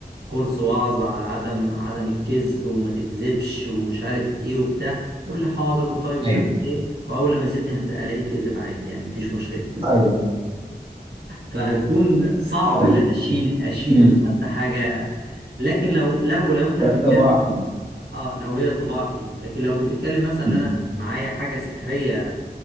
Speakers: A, on the right; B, on the right.
A: كورس وعظ على عدم عدم الكذب وما تكذبش ومش عارف ايه وبتاع يقول لي حاضر وطيب مش
B: ايوه
A: عارف ايه واول لما يسيبني هتلاقي الاقي كذب عادي يعني مفيش مشكلة
B: ايوه
A: فهتكون صعب
B: فاهم
A: ان انا اشيل اشيل
B: امم
A: إنه حتى حاجه لكن لو لو لو انت بتتكلم
B: كطباع فيه
A: اه لو هي طباع فيه لكن لو بتتكلم مثلا
B: امم
A: إن انا معايا حاجه سحريه